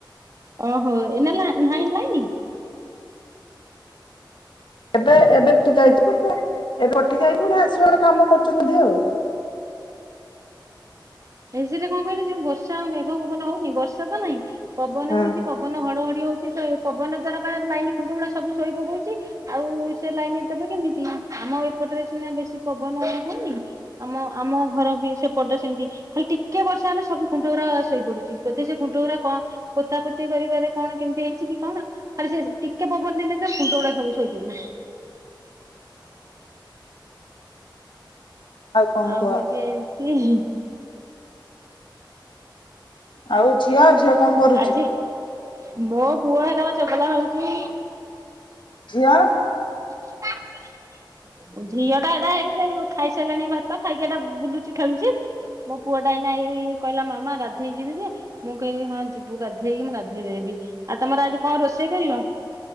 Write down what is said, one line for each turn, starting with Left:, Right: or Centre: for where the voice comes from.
Right: ଓହୋ, ଏଇନା ଲା ଲାଇନି ନାହିଁ?
Left: ଏବେ, ଏବେ କଟି ଯାଇଛି। ଏବେ କଟି ଯାଇଛି ପୁଣି ଆସିବ। କଣ କାମ କରୁଛନ୍ତି ବୋଧ ଆଉ।
Right: ଏ ସେଟା କଣ କହିଲେ ଯୋଉ ବର୍ଷା ଆ ମେଘ ପବନ ହଉନି, ବର୍ଷା ତ ନାହିଁ ପବନ ହଉଛି।
Left: ହଁ
Right: ପବନ ଘଡ଼ଘଡ଼ି ହଉଛି, ପବନ ଦ୍ଵାରା ପା ଲାଇନ୍ ଖୁଣ୍ଟ ଗୁଡା ସବୁ ଶୋଇ ପୋକଉଛି। ଆଉ ସେ ଲାଇନ ଦେବେ କେମିତି, ଆମ ଏପଟରେ ସିନା ବେଶୀ ପବନ ହୋଉନି ଆମ, ଆମ ଘର ବି ସେପଟ ସେମିତି ଖାଲି ଟିକେ ବର୍ଷା ହେଲେ ସବୁ ଖୁଣ୍ଟ ଗୁରୁ ଶୋଇପଡୁଛି। ବୋଧେ ସେ କୁଣ୍ଟ ଗୁରା କଣ ପୋତାପୋତି କରିବାରେ କଣ କେମିତି ହେଇଛି କି କଣ। ଖାଲି ସେ ଟିକେ ପବନ ଦେଇନଥିବ ଖୁଣ୍ଟଗୁଡା ସବୁ ଶୋଇପଡିବ।
Left: କଣ
Right: ଆଉ
Left: କୁହ
Right: ହଉଛି ଏମିତି।
Left: ଆଉ ଝିଅ, ଝିଅ କଣ କରୁଚି?
Right: ଆଜି ମୋ ପୁଅ ହେଟା ପା ଚଗଲା ହଉଛି।
Left: ଝିଅ?
Right: <unintelligible> ଝିଅ ଟା ଏଟା ହେଇ <unintelligible> ଖାଇସାରିଲାଣି ଭାତ ଖାଇକି ଏଟା ବୁଲୁଚି, ଖେଳୁଛି। ମୋ ପୁଅ ଟା ଏଇନା ଏଇ କହିଲା ମାମା ଗାଧେଇ ଯିବି ଯେ ମୁଁ କହିଲି ହଁ ଯିବୁ ଗାଧେଇ ମୁଁ ଗାଧେଇ ଦେବି ଆଉ ତମର ଆଜି କଣ ରୋଷେଇ କରିବ?